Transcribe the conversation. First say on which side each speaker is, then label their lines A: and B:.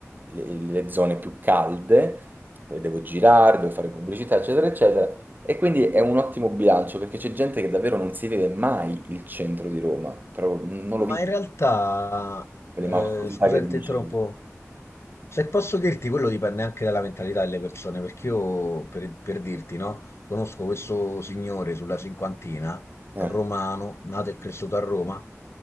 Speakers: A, on the right; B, on the left.
A: le, le zone più calde, poi devo girare, devo fare pubblicità, eccetera, eccetera. E quindi è un ottimo bilancio perché c'è gente che davvero non si vede mai il centro di Roma, però non lo
B: ma
A: vive,
B: in realtà,
A: quelle
B: eh,
A: maestosità
B: scusa,
A: che dici.
B: ti interrompo. Se posso dirti, quello dipende anche dalla mentalità delle persone, perché io, per, per dirti, no, conosco questo signore sulla cinquantina,
A: Eh.
B: romano, nato e cresciuto a Roma,